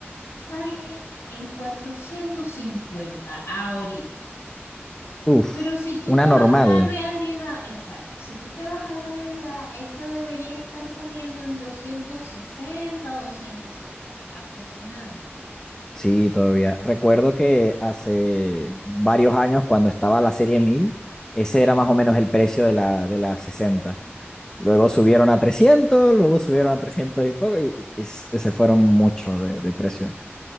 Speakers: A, on the left; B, on the left.
A: sale en 450 ahorita.
B: Uf,
A: Pero si tú te
B: una normal.
A: vas a la realidad, exacto, si tú te vas a la realidad, esa debería estar saliendo en doscientos sesenta doscientos setenta aproximadamente.
B: Sí, todavía. Recuerdo que hace varios años, cuando estaba la serie 1000 ese era más
A: Ujú,
B: o menos el precio de la, de la sesenta Luego subieron a trescientos luego subieron a 300 y poco, y, y se fueron mucho de, de precio.